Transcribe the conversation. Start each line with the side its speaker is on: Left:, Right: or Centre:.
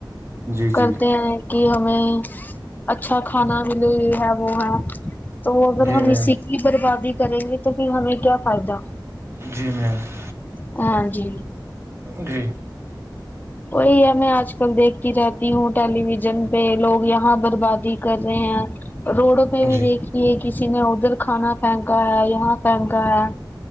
Right: جی
Left: کرتے
Right: جی
Left: ہیں کہ ہمیں اچھا کھانا ملے یہ ہے وہ ہے تو وہ اگر
Right: جی
Left: ہم
Right: میم
Left: اسی کی بربادی کریں گے تو پھر ہمیں کیا فائدہ
Right: جی میم <unintelligible>
Left: ہاں جی
Right: جی
Left: وہی ہے میں آج کل دیکھتی رہتی ہوں ٹیلی ویژن پہ لوگ یہاں بربادی کر رہے ہیں روڈ پہ بھی
Right: جی
Left: دیکھی کسی نے ادھر کھانا پھینکا ہے یہاں پھینکا ہے